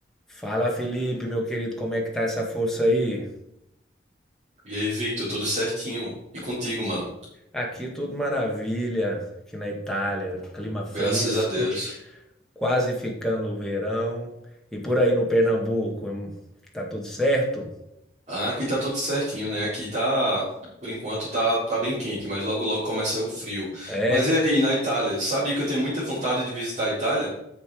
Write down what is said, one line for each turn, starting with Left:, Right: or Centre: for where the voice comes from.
Centre: Fala, Felipe, meu querido, como é que tá essa força aí?
Right: E aí, Victor, tudo certinho? E contigo, mano?
Centre: Aqui tudo maravilha, aqui na Itália, clima fresco,
Right: Graças a Deus.
Centre: quase ficando o verão. E por aí no Pernambuco, hum, tá tudo certo?
Right: Ah, aqui tá tudo certinho, né? Aqui tá, por enquanto, tá, tá bem quente, mas logo logo começa o frio.
Centre: É.
Right: Mas e aí, na Itália? Sabe que eu tenho muita vontade de visitar a Itália?